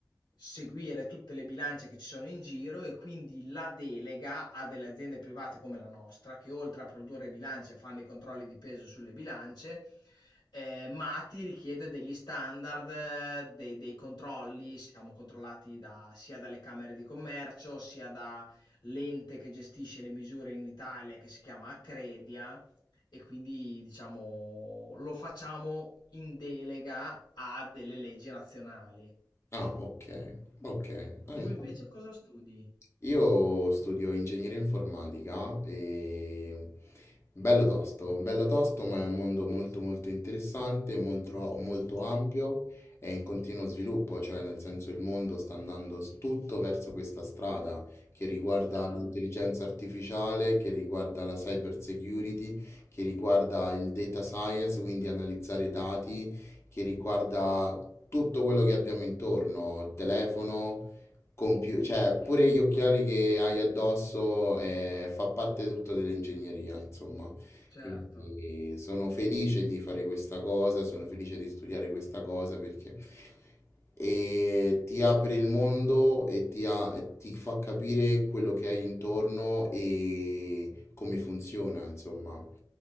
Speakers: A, on the left; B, on the left.
A: seguire tutte le bilance che ci sono in giro e quindi la delega a delle aziende private come la nostra, che oltre a produrre bilance fanno i controlli di peso sulle bilance, eh, ma ti richiede degli standard, eh, dei, dei controlli, siamo controllati da, sia dalle camere di commercio, sia da l'ente che gestisce le misure in Italia che si chiama Accredia e quindi diciamo lo facciamo in delega a delle leggi nazionali.
B: Ah, ok, ok. Ah,
A: Tu
B: interessante.
A: invece cosa studi?
B: Io studio ingegneria informatica e bello tosto, bello tosto, ma è un mondo molto molto interessante, molto, molto
A: Ci
B: ampio
A: credo.
B: e in continuo sviluppo, cioè nel senso il mondo sta andando s- tutto verso questa strada che riguarda
A: Chiaro,
B: l'intelligenza artificiale, che riguarda la cyber security, che riguarda il data science, quindi analizzare i dati, che riguarda tutto quello che abbiamo intorno, telefono compiu- cioè pure gli occhiali che hai addosso eh, fa parte tutto dell'ingegneria, insomma.
A: certo,
B: Quindi sono felice di fare questa cosa, sono felice di studiare questa cosa perché e ti apre il mondo e ti, ha- e ti fa capire quello che hai intorno e come funziona, insomma.